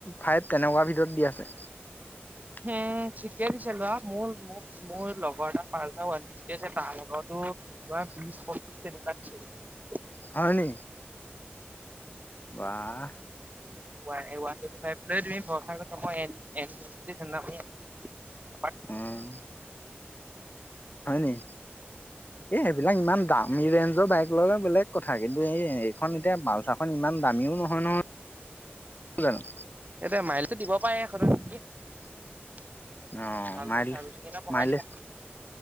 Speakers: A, on the left; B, on the right.
A: ফাইভ তেনেকুৱা ভিতৰত দি আছে।
B: হে ঠিকে দিছে ল'ৰা, মোৰ মোক মোৰ লগৰ এটা পালছাৰ ওৱান ফিফটি আছে তাৰ লগতো বিশ পঁচিশ তেনেকুৱা দিছে গে।
A: হয়নি? বাহ!
B: ৱা এ ৱানটুৱেণ্টি ফাইভটো লৈ তুমি ভয় খাই গৈছা, মই এ এন টি ধান্দা মাৰি আছো।
A: উম, হয়নি? এ সেইবিলাক ইমান দা মী ৰেঞ্জৰ বাইক ল'লে বেলেগ কথা, কিন্তু এই এইখন এতিয়া পালচাৰখন ইমান দামীও নহয় নহয়। কি জান?
B: এতিয়া মাইলটো <unintelligible>
A: অঁ
B: ভালকে
A: মাইল,
B: চাৰ্ভিচিং এটা বঢ়াই
A: মাইলে
B: দিবা